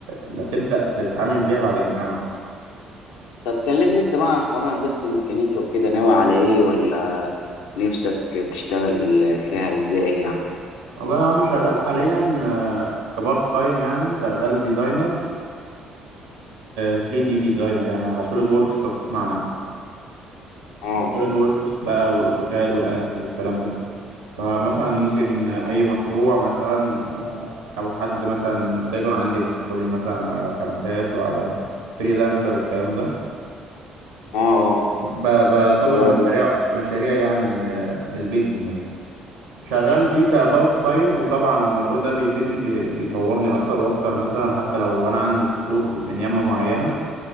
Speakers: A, on the right (about 75°); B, on the left (about 70°).
A: اللي هتبدأ تتعامل بيها بعد الجامعة
B: طب كلمني انت بقى عن حوار هندسة الميكانيكا وكده ناوي على ايه ولا نفسك تشتغل فيها ازاي يعني
A: والله انا شغال حاليا آه، كبارت تايم يعني شغال ديزاينر 3 دي ديزاينر يعني على سوليد ووركس لو تسمع عنه.
B: اه
A: السوليد ووركس بقى والاوتوكاد والانسys والكلام ده فمثلا ممكن اي مشروع مثلا آه، او حد مثلا محتاجه انا عندي بورتفوليو مثلا على خمسات وعلى فريلانسر والكلام ده
B: اه آه.
A: فبصمم
B: و-
A: مشاريع مشاريع يعني آه، من البيت من هنا شغال فيه كبارت تايم وطبعا الموضوع ده بيفيدني بي- بيطورني اكتر واكتر مثلا حتى لو انا عندي قصور من يمة معينة